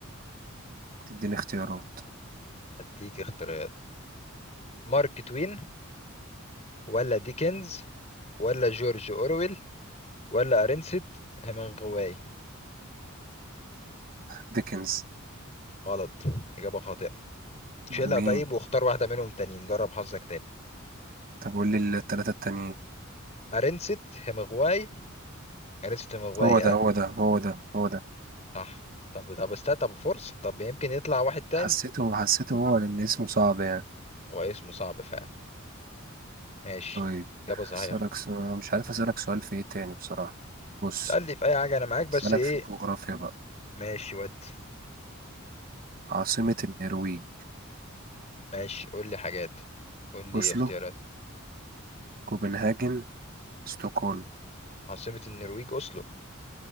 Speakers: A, on the right (about 45°); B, on the left (about 30°).
A: تديني اختيارات
B: هديك اختيارات مارك توين ولا ديكنز ولا جورج اورويل ولا ارنست هيمنغواي
A: ديكنز
B: غلط اجابه خاطئه شيلها
A: أمال مين
B: طيب واختار واحدة منهم تانيين جرب حظك تاني
A: طب قول لي التلاتة التانيين
B: أرنست همغواي أرنست همغواي
A: هو
B: اه
A: ده هو ده هو ده هو ده
B: صح طب طب استا طب فرصة طب يمكن يطلع واحد تاني
A: حسيته حسيته هو لأن اسمه صعب يعني
B: هو اسمه صعب فعلا ماشي
A: طيب
B: إجابة صحيحة
A: أسألك سؤال مش عارف أسألك سؤال في إيه تاني بصراحة بص
B: اسألني في أي حاجة أنا معاك بس
A: أسألك
B: إيه
A: في الجغرافيا بقى
B: ماشي ودي
A: عاصمة النرويج
B: ماشي قول لي حاجات قول لي
A: أوسلو
B: اختيارات
A: كوبنهاجن ستوكهولم
B: عاصمة النرويج أوسلو